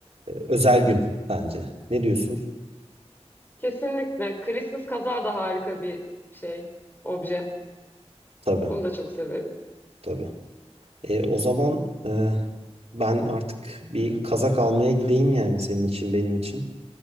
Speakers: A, on the right; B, on the left.
A: özel gün bence. Ne diyorsun?
B: Kesinlikle. Christmas kazağı da harika bir şey, obje.
A: Tabii,
B: Onu da çok severim.
A: tabii. E, o zaman e, ben artık bir kazak almaya gideyim yani senin için, benim için.